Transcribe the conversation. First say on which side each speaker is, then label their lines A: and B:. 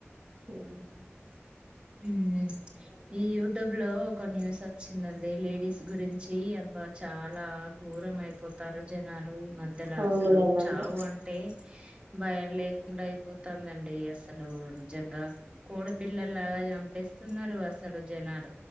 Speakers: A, on the right; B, on the right.
A: కూరగాయలొండుకు
B: హుహు ఈ యూట్యూబ్లో ఒక న్యూస్ ఒచ్చిందండి. లేడీస్ గురించి అబ్బా చాలా ఘోరం అయిపోతారు జనాలు. ఈ మధ్యల
A: అవును
B: అస్సలు
A: కదండి
B: చావు అంటే భయం లేకుండా అయిపోతాందన్ డి అస్సలు నిజంగా కోడిపిల్లలు చంపేస్తున్నారు అస్సలు జనాలు